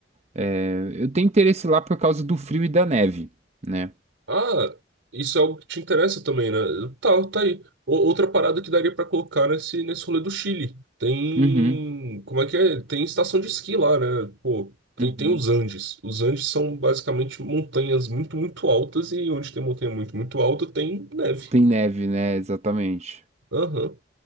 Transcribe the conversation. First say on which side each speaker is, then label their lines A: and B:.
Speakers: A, on the right (about 35°); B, on the right (about 85°).
A: É, eu tenho interesse lá por causa do frio e da neve. né?
B: Ah, isso é algo que te interessa também, né? Tá, tá aí. O- outra parada que daria pra colocar nesse, nesse rolê do Chile. Tem.
A: Uhum,
B: Como é que é? Tem estação de esqui lá, né? Pô, tem,
A: uhum.
B: tem os Andes. Os Andes são basicamente montanhas muito, muito altas e onde tem montanha muito, muito alta tem neve.
A: Tem neve, né? Exatamente.
B: Aham.